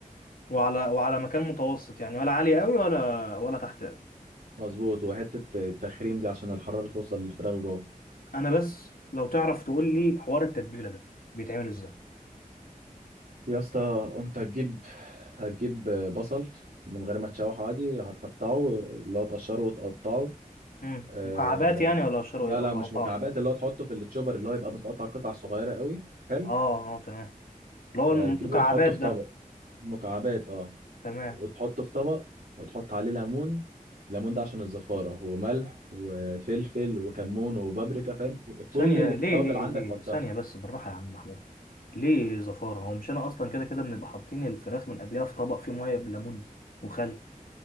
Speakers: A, on the left; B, on the right.
A: وعلى وعلى مكان متوسط يعني ولا عالي قوي ولا ولا تحت قوي
B: مظبوط وحته التخريم دي عشان الحراره توصل للفراخ جوه
A: انا بس لو تعرف تقول لي حوار التتبيله ده بيتعمل ازاي
B: يا اسطى انت هتجيب هتجيب بصل من غير ما تشوحه عادي هتقطعه اللي هو تقشره وتقطعه
A: امم
B: آه...
A: مكعبات يعني ولا اشتري
B: لا
A: ولا
B: لا مش
A: قطايه
B: مكعبات اللي هو تحطه في التشوبر اللي هو يبقى متقطع قطع صغيره قوي حلو
A: اه اه تمام اللي هو
B: آه،
A: المكعبات
B: تجيبه وتحطه في
A: ده
B: طبق مكعبات اه
A: تمام
B: وتحطه في طبق وتحط عليه ليمون الليمون ده عشان الزفارة وملح وفلفل وكمون وبابريكا فاهم كل
A: ثانية
B: اللي
A: ليه
B: في التوابل
A: ليه
B: عندك
A: ليه
B: حطها
A: ثانية بس بالراحة يا عم محمود ليه زفارة هو مش أنا أصلا كده كده بنبقى حاطين الفراخ من قبلها في طبق فيه مية بليمون وخل